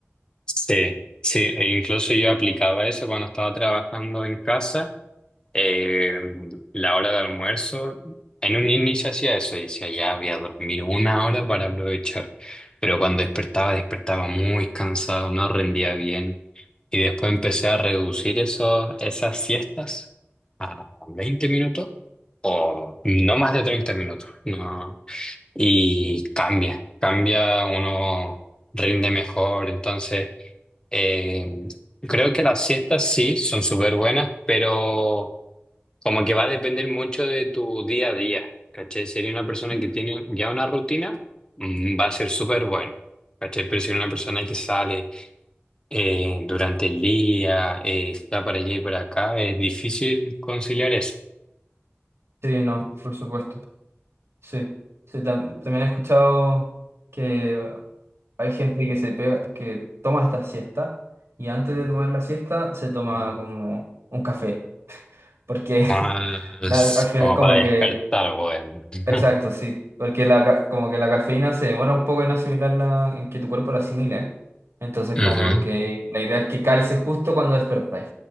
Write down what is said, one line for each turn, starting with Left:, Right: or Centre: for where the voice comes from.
Left: Sí, sí, e incluso yo aplicaba eso cuando estaba trabajando en casa. Eh, la hora de almuerzo, en un inicio hacía eso, decía, ya voy a dormir una hora para aprovechar. Pero cuando despertaba, despertaba muy cansado, no rendía bien. Y después empecé a reducir esos, esas siestas a 20 minutos o no más de 30 minutos. No. Y cambia, cambia, uno rinde mejor. Entonces, eh, creo que las siestas sí son súper buenas, pero como que va a depender mucho de tu día a día. ¿Cachai? Si eres una persona
Right: Mm.
Left: que tiene ya una rutina, mm, va a ser súper bueno. ¿Cachai? Pero si eres una persona que sale eh, durante el día, eh, está para allá y para acá, es difícil conciliar eso.
Right: Sí, no, por supuesto. Sí. Sí, tam- también he escuchado que hay gente que se pega- que toma esta siesta y antes de tomar la siesta se toma como un café. Porque <laughs>
Left: Más
Right: al al final
Left: como
Right: como
Left: para
Right: que
Left: despertar, bueno. <laughs>
Right: Exacto, sí. Porque la, ca- como que la cafeína se demora un poco en asimilarla, en que tu cuerpo la asimile. Entonces, como
Left: Ujú,
Right: que la idea es que calce justo cuando despertáis.